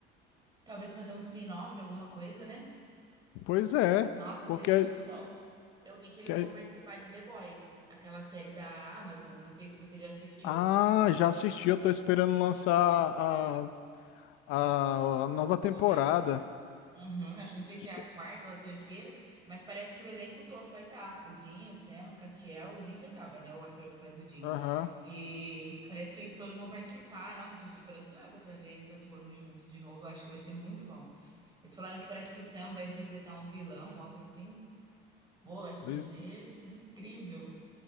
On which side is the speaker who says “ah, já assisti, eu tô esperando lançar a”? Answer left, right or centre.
Left